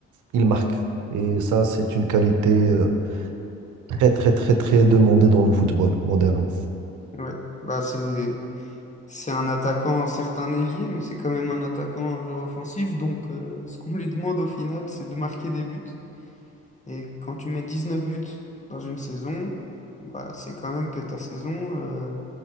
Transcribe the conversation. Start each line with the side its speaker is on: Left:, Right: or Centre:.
Right: il marque. Et ça, c'est une qualité euh, très, très, très, très demandée dans le football moderne.
Left: oui. ouais. Bah, c'est, c'est un attaquant, certes un ailier, mais c'est quand même un attaquant, un joueur offensif, donc euh, ce qu'on lui demande au final, c'est de marquer des buts. Et quand tu mets 19 buts dans une saison, bah, c'est quand même que ta saison, euh,